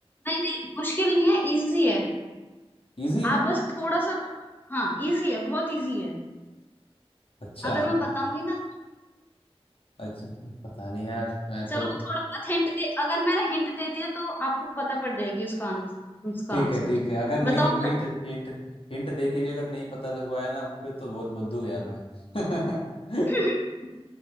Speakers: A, on the left; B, on the left.
A: नहीं नहीं, मुश्किल नहीं है इजी है
B: इजी है
A: आप बस थोड़ा सा हाँ इजी है बहुत इजी है
B: अच्छा
A: अगर मैं बताऊंगी ना
B: अच्छा पता नहीं यार मैं
A: चलो
B: तो
A: थोड़ा बहुत हिंट दे अगर मैंने हिंट दे दिया तो आपको पता पड़ जाएगी उसका आंसर उसका
B: ठीक
A: आंसर
B: है ठीक है अगर नहीं
A: बताओ
B: हिंट हिंट हिंट दे के भी अगर नहीं पता लग पाया ना फिर तो बहुत बुद्धू यार मैं <laughs>
A: <laughs>